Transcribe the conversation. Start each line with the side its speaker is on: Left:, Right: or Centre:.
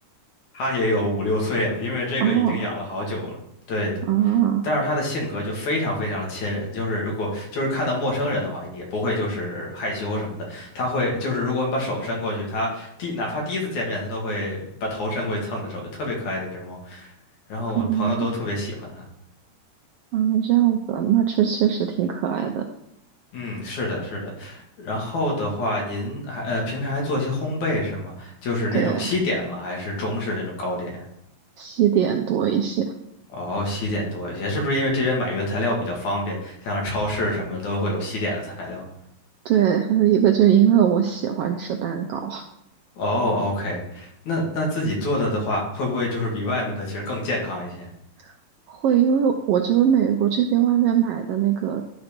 Left: 它也有五六岁了，因为这个已经养了好久了。
Right: 哦，
Left: 对的。
Right: 啊，
Left: 但是他的性格就非常非常的亲人，就是如果就是看到陌生人的话，也不会就是害羞什么的，他会就是如果你把手伸过去，他第哪怕第一次见面，他都会把头伸过去蹭你的手，就特别可爱的一只猫。然后我的朋友都特别喜欢它。
Right: 嗯。啊，这样子啊那这确实挺可爱的。
Left: 嗯，是的，是的。然后的话，您还呃平常还做一些烘焙是吗？就是那种西点吗？
Right: 对，
Left: 还是中式那种糕点？
Right: 西点多一些。
Left: 哦，西点多一些，是不是因为这边买原材料比较方便，像是超市什么的都会有西点的材料？
Right: 对，还有一个就是因为我喜欢吃蛋糕，
Left: 哦，OK，那那自己做的的话，会不会就是比外面的其实更健康一些？
Right: <laughs> 会因为我觉得美国这边外面买的那个